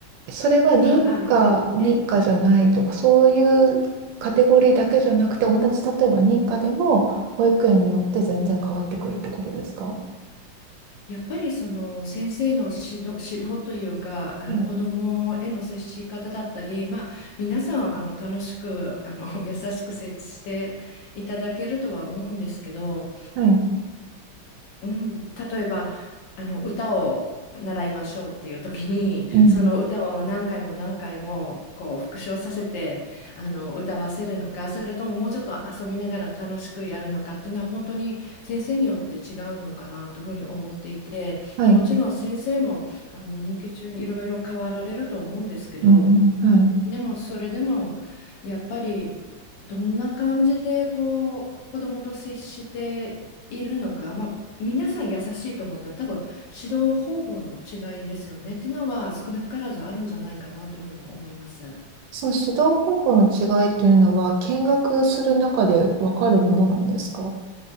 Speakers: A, on the right (about 75°); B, on the left (about 70°).
A: それは認可、
B: ーまあ、あの、
A: 認可じゃないとか、
B: え、
A: そういうカテゴリーだけじゃなくて、同じ、例えば認可でも、保育園によって全然変わってくるってことですか
B: やっぱりその先生の指導、指導というか、あの子どもへの接し方だったり、
A: はい。
B: まあ、皆さんあの楽しくあの <laughs> 優しく接していただけるとは思うんですけど、
A: はい。
B: うん、例えばあの歌を習いましょうっていう時にその歌を何回も何回もこう復唱させてあの歌わせるのかそれとももうちょっと遊びながら楽しくやるのかっていうのは本当に先生によって違うのかなというふうに思っていてもちろん先生もあの任期中にいろいろ変わられると思うんですけど
A: うん。はい。うん。うんはい。
B: でもそれでもやっぱりどんな感じでこう子どもと接しているのか、まあ、皆さん優しいと思うのは多分指導方法の違いですよねっていうのは少なからずあるんじゃないかなというふうに思います。
A: その指導方法の違いというのは、見学する中でわかるものなんですか